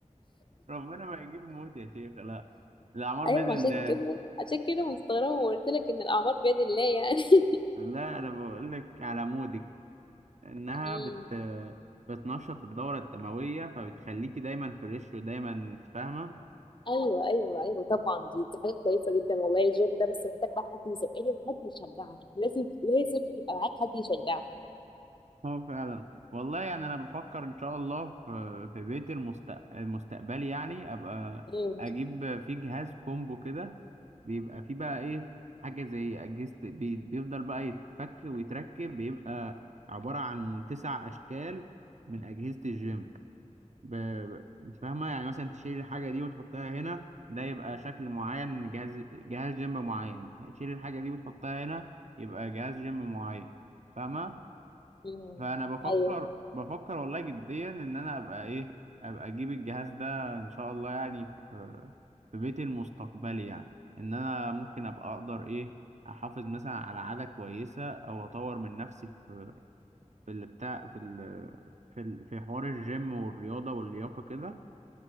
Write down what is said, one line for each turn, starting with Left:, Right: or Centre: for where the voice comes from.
Right: ربنا ما يجيب موت يا شيخ لا الاعمار
Left: ايوه
Right: بيد الله
Left: عشان كده عشان كده مستغربه وقلت لك ان الاعمار بيد الله يعني
Right: لا انا بقول لك على مودك انها
Left: <laughs> مم.
Right: بت بتنشط الدورة الدموية فبتخليكي دايما فريش ودايما انت فاهمة
Left: ايوه ايوه ايوه طبعا دي دي حاجه كويسه جدا والله الجيم ده بس محتاج بقى حد يزقني وحد يشجعك لازم لازم يبقى معاك حد يشجعك
Right: <laughs> اه فعلا والله يعني انا بفكر ان شاء الله في في بيت المستق... المستقبلي يعني ابقى
Left: امم
Right: اجيب فيه جهاز كومبو كده بيبقى فيه بقى ايه حاجه زي اجهزه بي... بيفضل بقى يتفك ويتركب بيبقى عباره عن تسع اشكال من اجهزه الجيم ب... ب- انت فاهمه يعني مثلا تشيل الحاجه دي وتحطها هنا ده يبقى شكل معين من جهاز جهاز جيم معين تشيل الحاجه دي وتحطها هنا يبقى جهاز جيم معين فاهمه
Left: امم
Right: فانا بفكر
Left: ايوه
Right: بفكر والله جديا ان انا ابقى ايه ابقى اجيب الجهاز ده ان شاء الله يعني في في بيتي المستقبلي يعني ان انا ممكن ابقى اقدر ايه احافظ مثلا على عادة كويسة او اطور من نفسي في في اللي بتاع في ال في ال في حوار الجيم والرياضة واللياقة كده